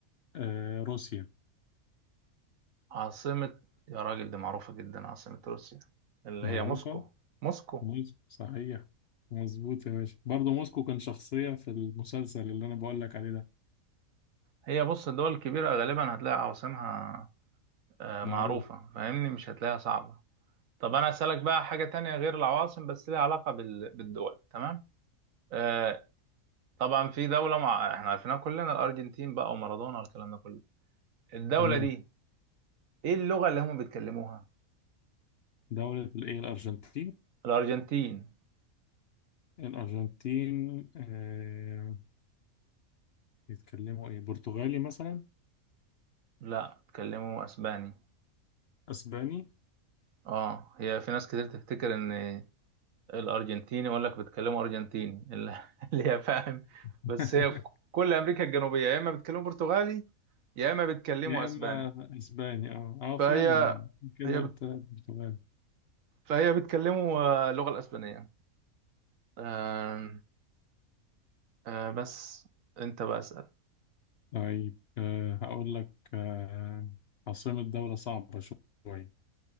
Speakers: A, on the left (about 60°); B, on the right (about 70°).
A: آه روسيا
B: عاصمة يا راجل دي معروفة جدا عاصمة روسيا اللي
A: معروفة
B: هي موسكو موسكو
A: موسكو صحيح مظبوط يا باشا برضه موسكو كان شخصية في المسلسل اللي أنا بقول لك عليه ده
B: هي بص الدول الكبيرة غالبا هتلاقي عواصمها آه
A: معروف
B: معروفة فاهمني مش هتلاقيها صعبة طب انا اسالك بقى حاجه تانية غير العواصم بس ليها علاقه بال... بالدول تمام آه طبعا في دوله مع... احنا عارفينها كلنا الارجنتين بقى ومارادونا والكلام ده كله الدوله
A: مم.
B: دي ايه اللغه اللي هم بيتكلموها
A: دولة الإيه الأرجنتين
B: الارجنتين
A: الأرجنتين آه بيتكلموا إيه برتغالي مثلا
B: لا بيتكلموا اسباني
A: أسباني
B: اه هي في ناس كتير تفتكر ان الارجنتيني يقول لك بيتكلموا ارجنتيني <laughs> اللي اللي هي فاهم
A: <laughs>
B: بس هي كل امريكا الجنوبيه يا اما بيتكلموا برتغالي يا اما بيتكلموا
A: يا
B: اسباني
A: إما أسباني أه أه
B: فهي
A: فعلا كده
B: هي بت...
A: قلت لك برتغالي
B: فهي بيتكلموا آه، اللغه الاسبانيه آم، آه، بس انت بسأل
A: طيب أه هقول لك أه عاصمة دولة صعبة شوية